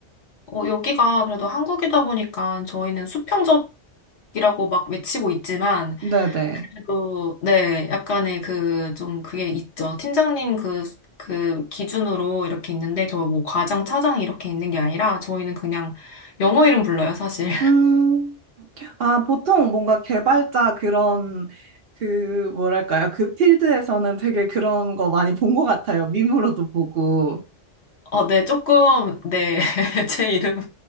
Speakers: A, on the left; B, on the right.
A: 어, 여기가 그래도 한국이다 보니까 저희는 수평적이라고 막 외치고 있지만,
B: 네네.
A: 그래도, 네, 약간의 그, 좀 그게 있죠. 팀장님 그, 그 기준으로 이렇게 있는데, 저 뭐 과장, 차장 이렇게 있는 게 아니라, 저희는 그냥 영어 이름 불러요, 사실.
B: 음, 아, 보통 뭔가 개발자 그런, 그, 뭐랄까요. 그 필드에서는 되게 그런 거 많이 본 것 같아요. 밈으로도 보고.
A: 어, 네, 조금, 네, <laughs> 제 이름이,